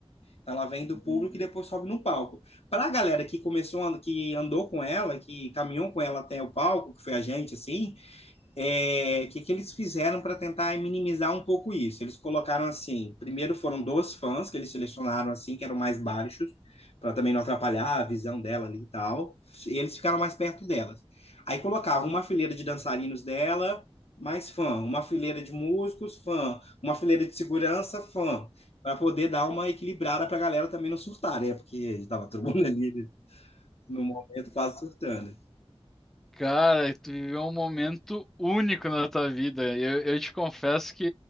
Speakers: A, on the left; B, in the centre.
A: Então, Ela vem
B: uhum.
A: do público e depois sobe no palco. Para a galera que começou, a- que andou com ela, que caminhou com ela até o palco, que foi a gente, assim, é, que, que eles fizeram para tentar minimizar um pouco isso? Eles colocaram assim: primeiro foram dois fãs que eles selecionaram assim, que eram mais baixos, para também não atrapalhar a visão dela ali e tal. E eles ficaram mais perto delas. Aí colocavam uma fileira de dançarinos dela, mais fã, uma fileira de músicos, fã, uma fileira de segurança, fã, para poder dar uma equilibrada para a galera também não surtar, né? Porque estava todo mundo ali no momento quase surtando.
B: Cara, tu viveu um momento único na tua vida. Eu, eu te confesso que